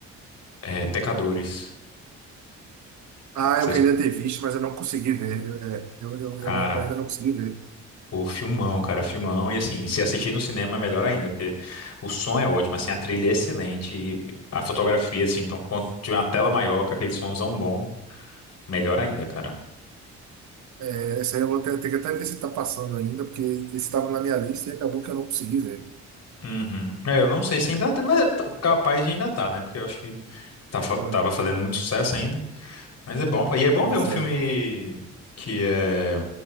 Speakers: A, on the left; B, on the right.
A: é, Pecadores.
B: ah,
A: Vocês-
B: eu queria ter visto, mas eu não consegui ver. Eu, é, eu, eu,
A: Cara,
B: eu- eu ainda não consegui ver.
A: o filmão, cara, filmão. E assim, se assistir no cinema é melhor ainda, porque o som é ótimo, assim, a trilha é excelente, e a fotografia, assim, então quando tiver uma tela maior, com aquele somzão bom, melhor ainda, cara.
B: É, essa aí eu vou ter, ter que até ver se está passando ainda, porque esse estava na minha lista e acabou que eu não consegui ver.
A: Uhum. É, eu não sei se ainda tá, mas tá- capaz de ainda tá, né? Porque eu acho que tá fa-
B: Ah,
A: tava fazendo
B: é,
A: muito sucesso
B: é,
A: ainda. Mas é bom, pô. E é bom
B: pois
A: ver um filme
B: é.
A: que é